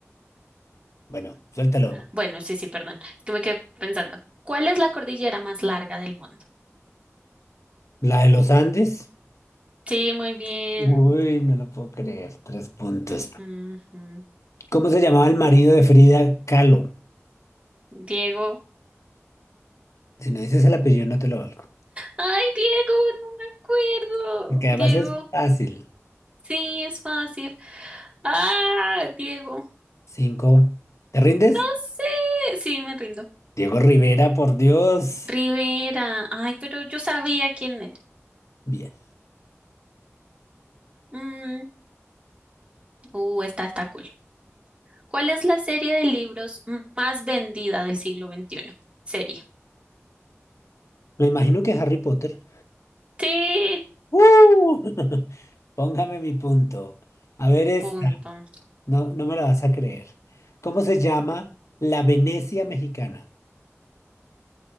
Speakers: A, on the left (about 80°); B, on the right (about 25°).
A: Bueno, suéltalo.
B: Bueno, sí, sí, perdón. Es que me quedé pensando. ¿Cuál es la cordillera más larga del mundo?
A: La de los Andes.
B: Sí, muy bien.
A: Uy, no lo puedo creer. Tres puntos.
B: Ujú, ujú.
A: ¿Cómo se llamaba el marido de Frida Kahlo?
B: Diego.
A: Si no dices el apellido, no te lo valgo.
B: Ay, Diego, no me
A: Porque
B: acuerdo.
A: además
B: Diego,
A: es fácil.
B: sí, es fácil. Ah, Diego,
A: Cinco. ¿Te rindes?
B: no sé. Sí, me rindo.
A: Diego Rivera, por Dios.
B: Rivera. Ay, pero yo sabía quién era.
A: Bien.
B: Mm, uh, esta está cool. ¿Cuál es la serie de libros m- más vendida del siglo veintiuno? Serie.
A: Me imagino que Harry Potter.
B: Sí,
A: ¡Uh! <laughs> Póngame mi punto. A ver, es
B: punto.
A: No, no me la vas a creer. ¿Cómo se llama la Venecia mexicana?